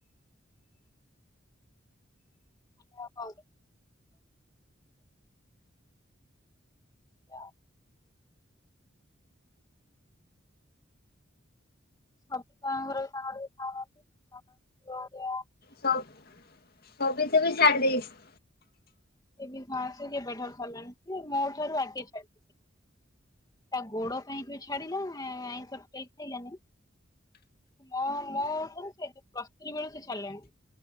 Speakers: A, on the left; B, on the left.
A: ଆ କ <unintelligible> ଆଉ ସବୁ ତା ଘରେ ସାଙ୍ଗ ଖାଉନାହାନ୍ତିଆ <unintelligible>
B: ସଛବିଶ ବି ାର ଦଶ <inaudible>
A: ସେ ଘସ କେବେ ଠର ସାରିଲଣି ସେ ମୋ ଠାରୁ ଆଗେ ାାଇ <inaudible> ତା ଗୋଡ ପାଇଁ ଯୋଉ ଛାଡିଲା ଆଇଁଷ ଟୋଟାଲି ଖାଇଲାନି। ମୋ ମୋ ସେ ପ୍ଲସ୍ ଥ୍ରୀ ବେଳେ ସେ ଛାଡିଲେଣି।